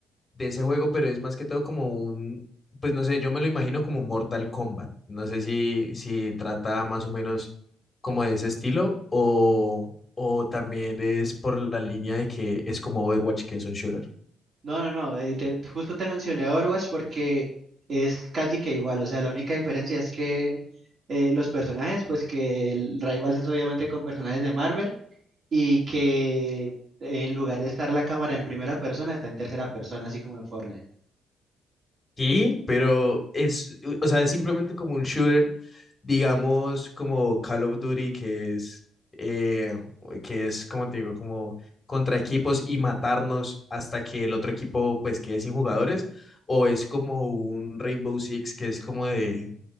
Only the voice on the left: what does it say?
de ese juego, pero es más que todo como un, pues no sé, yo me lo imagino como Mortal Kombat. No sé si, si trata más o menos como de ese estilo o, o también es por la línea de que es como Overwatch, que es un shooter.
Sí, pero es, o sea, es simplemente como un shooter, digamos, como Call of Duty, que es, eh, que es, como te digo, como contra equipos y matarnos hasta que el otro equipo, pues, quede sin jugadores, o es como un Rainbow Six, que es como de,